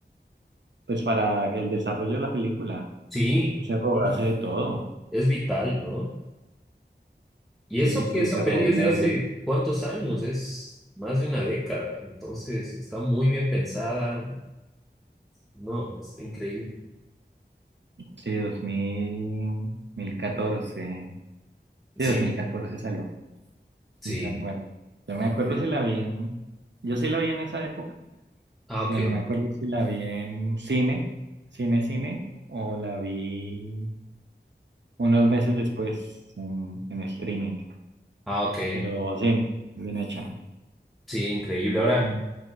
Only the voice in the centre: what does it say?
sí,
sí,
es vital, ¿no? Y
eso que
esa peli
es
de hace cuántos años, es más de una década, entonces está muy bien pensada, no, está increíble.
Sí.
Sí.
increíble.
Ah, ok.
Ah, ok.
Sí, increíble. Ahora,